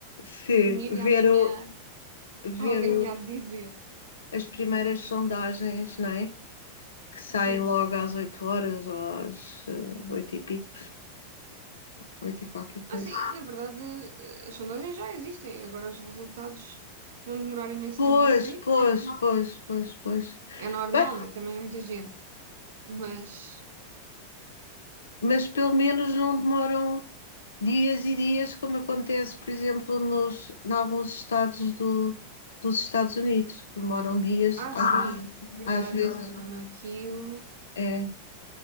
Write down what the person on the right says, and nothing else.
dormir e amanhã
alguém
há de dizer.
Sim.
Assim, na verdade, eh, as sondagens já existem, agora os resultados vão demorar imenso
tempo a sair.
Pronto,
É normal,
né? Também é muita gente. Mas,
ah,
sim,
isso é verdade,
eles andam
naquilo.